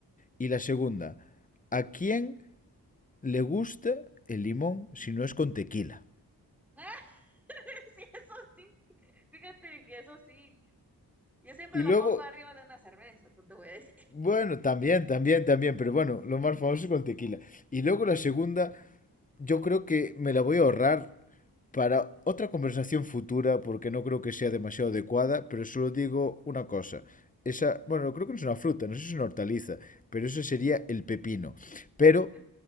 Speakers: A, on the left; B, in the centre.
A: Y la segunda, ¿a quién le gusta el limón si no es con tequila?
B: <laughs> Ah, sí, eso sí, fíjate que eso sí. Yo siempre
A: Y
B: lo
A: luego
B: pongo arriba de una cerveza, eso te voy a decir.
A: Bueno, también, también, también, pero bueno, lo más famoso es con tequila. Y luego la segunda, yo creo que me la voy a ahorrar para otra conversación futura porque no creo que sea demasiado adecuada, pero solo digo una cosa. Esa, bueno, creo que no es una fruta, no sé si es una hortaliza, pero eso sería el pepino. Pero
B: <laughs>